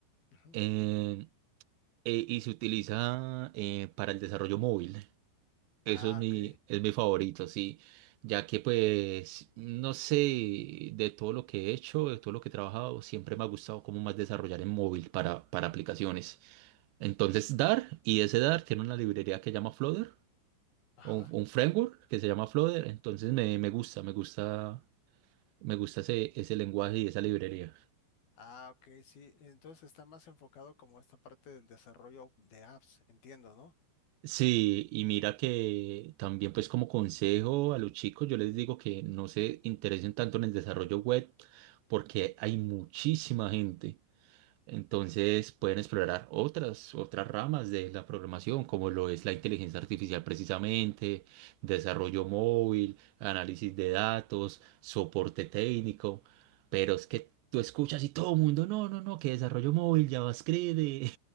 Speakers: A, on the left (about 50°); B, on the right (about 80°).
A: Ujú.
B: en- eh, y se utiliza eh, para el desarrollo móvil.
A: Ah,
B: Eso es mi,
A: ok,
B: es mi favorito, sí, ya que pues, no sé, de todo lo que he hecho, de todo lo que he trabajado, siempre me ha gustado como más desarrollar en móvil para, para aplicaciones. Entonces, Dart, y ese Dart tiene una librería que llama Flutter,
A: ajá.
B: o un, un framework que se llama Flutter, entonces me, me gusta, me gusta, me gusta ese, ese lenguaje y esa librería.
A: Ah, ok, sí. Entonces está más enfocado como esta parte del desarrollo de apps, entiendo, ¿no?
B: Sí, y mira que también pues como consejo a los chicos, yo les digo que no se interesen tanto en el desarrollo web porque hay muchísima gente. Entonces pueden explorar otras, otras ramas de la programación, como lo es la inteligencia artificial precisamente, desarrollo móvil, análisis de datos, soporte técnico. Pero es que tú escuchas y todo el mundo, no, no, no, que desarrollo móvil, JavaScript, y,